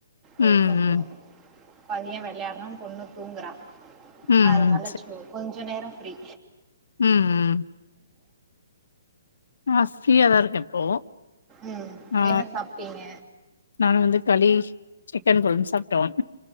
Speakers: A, on the right; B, on the left.
A: ஆ
B: ம் ம்
A: கொஞ்சோம்
B: ம்
A: பையன் விளையாட்றான் பொண்ணு தூங்குறா
B: ம்
A: அது நல்லாச்சு கொஞ்ச நேரோம் அப்டி
B: உம் உம் ஆஹ் பிரியாதான் இருக்கேன் இப்போ
A: உம்
B: ஆ
A: என்ன சாப்ட்டீங்க
B: நானு வந்து களி சிக்கன் குழம்பு சாப்டோம்